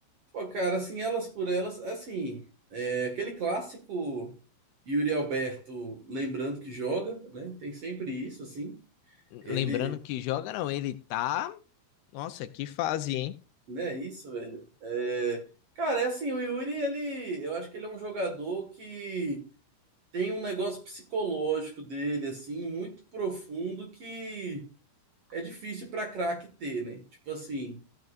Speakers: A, on the right; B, on the left.
A: Pô, cara, assim, elas por elas, assim, é, aquele clássico Yuri Alberto lembrando que joga, né? Tem sempre isso, assim. Ele,
B: Lembrando que joga não, ele tá. Nossa, que fase, hein?
A: Não é isso, velho. É, Cara, é assim, o Yuri, ele, eu acho que ele é um jogador que tem um negócio psicológico dele, assim, muito profundo que é difícil pra craque ter, né? Tipo assim,